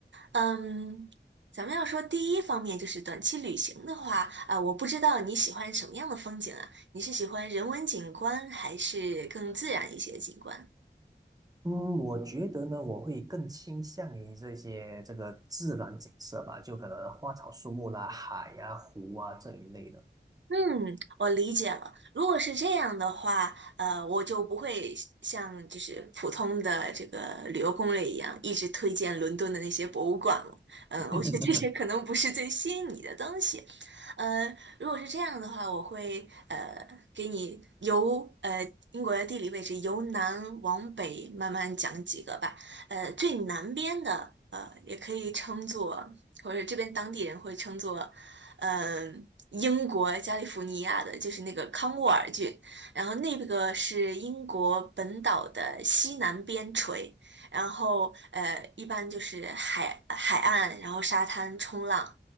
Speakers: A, on the right (about 75°); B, on the right (about 20°).
A: 嗯，咱们要说第一方面就是短期旅行的话，啊、我不知道你喜欢什么样的风景啊？你是喜欢人文景观还是更自然一些的景观？
B: 嗯，我觉得呢，我会更倾向于这些这个自然景色吧，就可能花草树木啦、海呀、湖啊这一类的。
A: 嗯，我理解了。如果是这样的话，呃，我就不会像就是普通的这个旅游攻略一样，一直推荐伦敦的那些博物馆了。嗯，
B: <laughs>
A: 我觉得这些可能不是最吸引你的东西。呃，如果是这样的话，我会呃给你由呃英国的地理位置由南往北慢慢讲几个吧。呃，最南边的呃也可以称作，或者这边当地人会称作。呃英国加利福尼亚的，就是那个康沃尔郡，然后那个是英国本岛的西南边陲，然后呃，一般就是海海岸，然后沙滩冲浪，